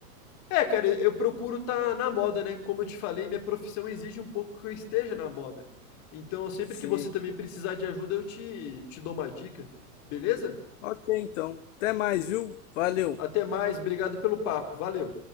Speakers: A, on the left; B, on the left.
A: é, cara, eu procuro estar na moda, né? Como eu te falei, minha profissão exige um pouco que eu esteja na moda. Então, sempre
B: Sim.
A: que você também precisar de ajuda, eu te, te dou uma dica, beleza?
B: Ok, então. Até mais, viu? Valeu.
A: Até mais, obrigado pelo papo, valeu.